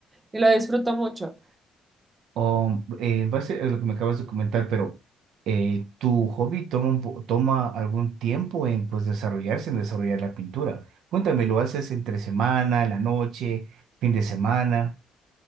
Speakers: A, on the right; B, on the right.
A: y lo disfruto mucho.
B: O, eh, en base a lo que me acabas de comentar, pero eh, tu hobby toma, un po- toma algún tiempo en pues, desarrollarse, en desarrollar la pintura. Cuéntame, ¿lo haces entre semana, en la noche, fin de semana?